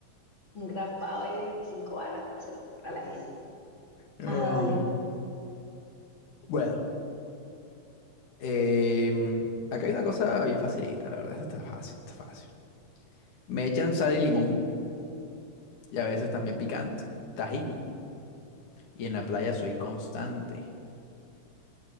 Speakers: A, on the left; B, on the left.
A: Un raspado ahí de 25 barras. No se lo compra a la gente.
B: No.
A: Ajá, dale.
B: Bueno, em, acá hay una cosa bien facilita, la verdad, esta está fácil, está fácil. Me echan sal y limón, y a veces también picante, tajín, y en la playa soy constante.